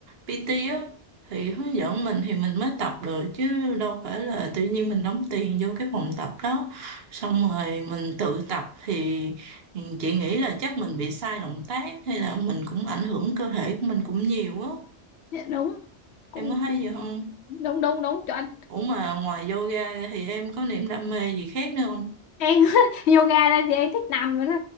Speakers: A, on the right; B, on the left.
A: PT á thì hướng dẫn mình thì mình mới tập được chứ đâu phải là tự nhiên mình đóng tiền vô cái phòng tập đó xong rồi mình tự tập thì chị nghĩ là chắc mình bị sai động tác hay là mình cũng ảnh hưởng cơ thể của mình cũng nhiều á
B: dạ đúng cũng
A: em có thấy gì không?
B: đúng đúng đúng chuẩn
A: Ủa mà ngoài yoga ra thì em có niềm đam mê gì khác nữa không?
B: em <laughs> yoga ra thì em thích nằm rồi đó